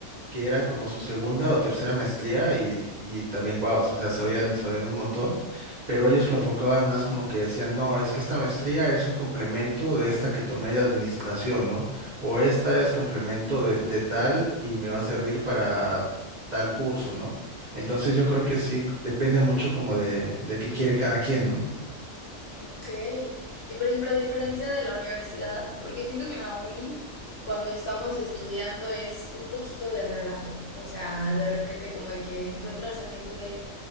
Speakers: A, on the right; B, on the left.
A: que era como su segunda o tercera maestría y, y también, wow, o sea, sabían, sabían un montón, pero ellos lo enfocaban más como que decían, no, es que esta maestría es un complemento de esta que tomé de administración, ¿no? O esta es complemento de, de tal y me va a servir para tal curso, ¿no? Entonces yo creo que sí depende mucho como de, de qué quiere cada quien, ¿no?
B: Ok. Y por ejemplo, a diferencia de la universidad, porque siento que en la uni, cuando estamos estudiando, es un poquito de relajo. O sea, de repente como de que encuentras a gente